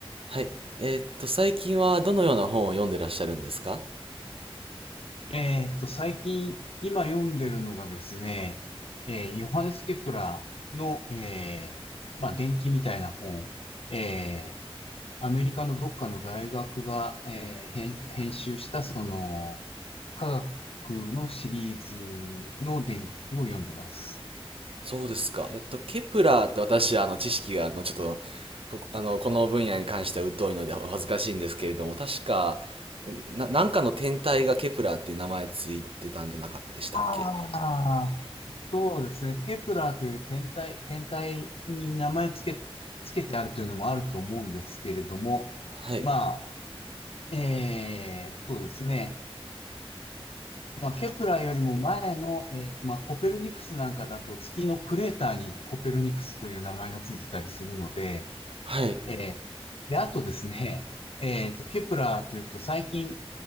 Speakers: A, on the right (about 65°); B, on the left (about 70°).
A: はい。えーっと、最近はどのような本を読んでらっしゃるんですか
B: えーっと、最近、今読んでるのがですね、えーヨハネス・ケプラーの、えーまあ、伝記みたいな本、えーアメリカのどっかの大学が、えー編、編集した、その、科学のシリーズの伝記を読んでます。
A: そうですか。えっと、ケプラーって私、あの、知識が、あの、ちょっと、こ、あの、この分野に関しては疎いのでお恥ずかしいんですけれども、確か、えな、なんかの天体がケプラーっていう名前ついてたんじゃなかったでしたっけ
B: ああ、そうですね、ケプラーという天体、天体に名前つけ、つけてあるというのもあると思うんですけれども、
A: はい。
B: まあ、えー、そうですね。まあ、ケプラーよりも前の、えーまあ、コペルニクスなんかだと月のクレーターにコペルニクスという名前がついてたりするので、
A: はい。
B: えーで、あとですね、えーと、ケプラーというと最近、